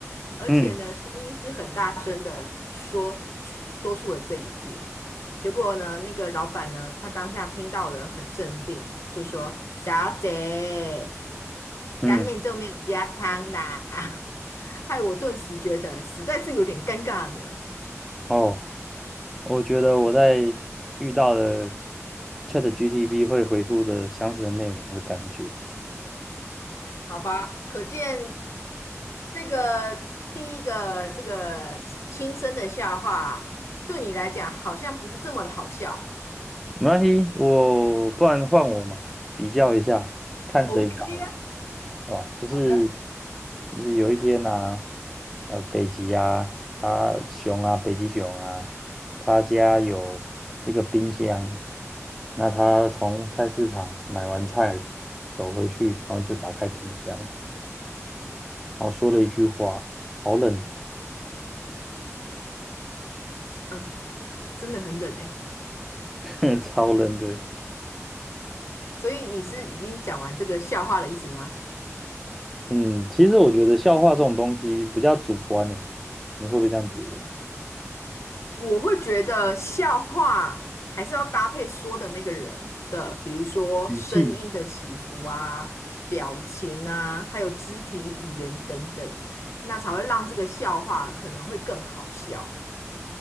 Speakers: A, on the left (about 60°); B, in the centre.
A: 而且呢，
B: 嗯
A: 声音是很大声的说说出了这一句。结果呢，那个老板呢，他当下听到了，很镇定，就说：“小姐，
B: 嗯，
A: 干面就没有加汤啦。<laughs>”害我顿时觉得实在是有点尴尬呢。
B: 哦，我觉得我在遇到了 ChatGPT 会回复的相似的内容的感觉。
A: 好吧，可见那个第一个这个轻声的笑话，对你来讲好像不是这么的好笑。
B: 没关系，我不然换我嘛，比较一下，看谁比较好，
A: OK
B: 对
A: 啊，
B: 吧？就是
A: 好的，
B: 就是有一天啊，呃，北极啊，它熊啊，北极熊啊，他家有一个冰箱，那他从菜市场买完菜走回去，然后就打开冰箱，然后说了一句话：“好冷，
A: 嗯，真的很冷诶。
B: <laughs> 超冷的。”
A: 所以你是已经讲完这个笑话的意思吗？
B: 嗯，其实我觉得笑话这种东西比较主观诶，你会不会这样觉得？
A: 我会觉得笑话还是要搭配说的那个人的，比如说声音的起伏啊、
B: 语气。
A: 表情啊，还有肢体语言等等，那才会让这个笑话可能会更好笑。